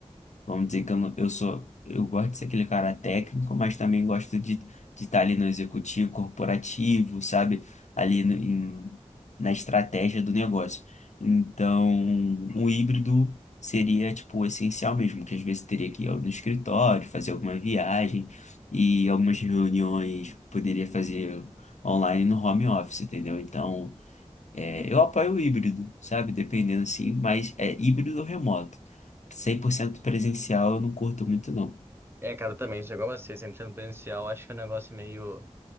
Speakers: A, on the left; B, on the right.
A: Vamos dizer que eu, não- eu sou, eu gosto de ser aquele cara técnico, mas também gosto de de estar ali no executivo corporativo, sabe? Ali no- em- na estratégia do negócio. Então, um híbrido seria, tipo, essencial mesmo, que às vezes teria que ir ao- no escritório, fazer alguma viagem e algumas reuniões poderia fazer online no home office, entendeu? Então, é, eu apoio o híbrido, sabe? Dependendo assim, mas é híbrido ou remoto. 100% presencial eu não curto muito, não.
B: É, cara, eu também, isso é igual a você, sempre sendo presencial, acho que é um negócio meio,